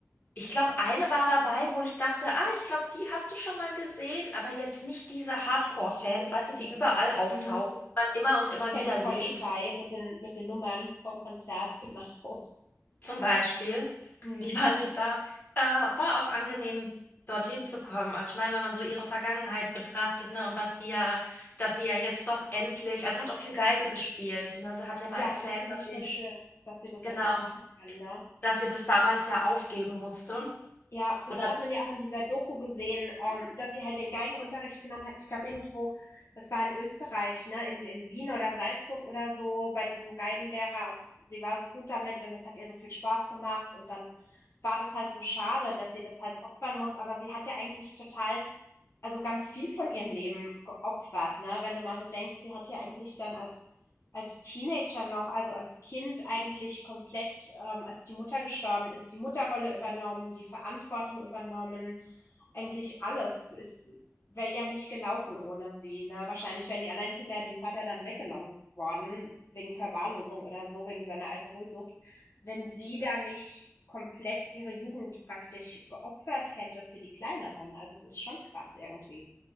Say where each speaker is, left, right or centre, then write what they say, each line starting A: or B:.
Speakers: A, on the left; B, on the left.
A: ich glaube, eine war dabei, wo ich dachte, ah, ich glaube, die hast du schon mal gesehen, aber jetzt nicht diese Hardcore-Fans, weißt du, die überall auftauchen,
B: Mhm.
A: die man immer und immer
B: Die Paddy-Polizei
A: wieder sieht.
B: mit den mit den Nummern vom Konzert, <laughs> genau.
A: zum Beispiel,
B: Mhm.
A: die waren nicht da, äh, war auch angenehm, dorthin zu kommen. Also ich meine, wenn man so ihre Vergangenheit betrachtet, ne, und was die ja, dass sie ja jetzt doch endlich, also sie hat auch viel Geige gespielt, ne? Sie hat ja
B: Ja,
A: mal erzählt,
B: das finde
A: dass
B: ich
A: sie,
B: voll schön, dass sie das
A: genau,
B: jetzt auch machen kann, ne?
A: dass sie das damals ja aufgeben musste.
B: Ja, das
A: Oder
B: hat man ja auch in dieser Doku gesehen, ähm, dass sie halt den Geigenunterricht genommen hat. Ich glaube irgendwo, das war in Österreich, ne, in, in Wien oder Salzburg oder so, bei diesem Geigenlehrer und das, sie war so gut damit und das hat ihr so viel Spaß gemacht und dann war das halt so schade, dass sie das halt opfern muss, aber sie hat ja eigentlich total also ganz viel von ihrem Leben geopfert, ne? Wenn du mal so denkst, sie hat ja eigentlich dann als als Teenager noch, also als Kind eigentlich komplett, ähm, als die Mutter gestorben ist, die Mutterrolle übernommen, die Verantwortung übernommen, eigentlich alles. Es wäre ja nicht gelaufen ohne sie. Ne? Wahrscheinlich wären die anderen Kinder dem Vater dann weggenommen worden, wegen Verwahrlosung oder so, wegen seiner Alkoholsucht, wenn sie da nicht komplett ihre Jugend praktisch geopfert hätte für die Kleineren. Also es ist schon krass irgendwie.